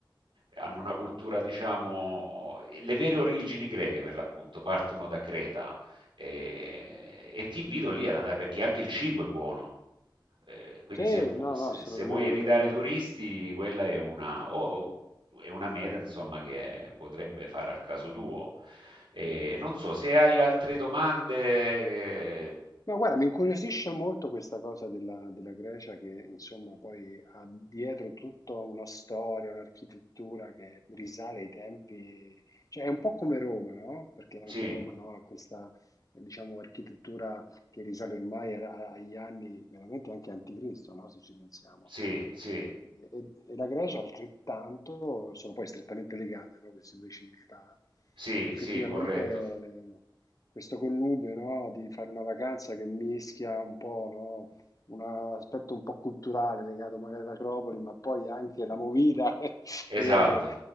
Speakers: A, on the right; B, on the left.
A: hanno una cultura, diciamo, oh, le vere origini greche per l'appunto partono da Creta e, e ti invito lì ad andare perché anche il cibo è buono. Eh, quindi
B: sì,
A: se, vu-
B: no,
A: se-
B: no, assolutamente.
A: se vuoi evitare turisti, quella è una, o- è una meta, insomma, che potrebbe fare al caso tuo. Eh, non so, se hai altre domande, eh,
B: No, guarda, mi incuriosisce molto questa cosa della, della Grecia che insomma poi ha dietro tutta una storia, un'architettura che risale ai tempi, cioè è un po' come Roma, no? Perché anche
A: sì,
B: Roma, no, ha questa, eh, diciamo, architettura che risale ormai a- a- agli anni veramente anche anticristo, no? Se ci pensiamo.
A: sì, sì,
B: E, e- e la Grecia altrettanto, sono poi strettamente legate, no? Queste due civiltà.
A: sì,
B: Effettivamente
A: sì, corretto,
B: questo connubio, no, di fare una vacanza che mischia un po', no, un aspetto un po' culturale legato magari all'Acropoli, ma poi anche la movida <laughs>
A: esatto.
B: e, e-